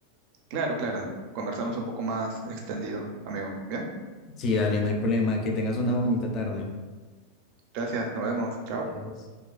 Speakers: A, on the right; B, on the left.
A: claro, claro. Conversamos un poco más extendido, amigo. Bien,
B: Sí, dale, no hay problema. Que tengas una bonita tarde.
A: gracias, nos vemos, chao.
B: Adiós.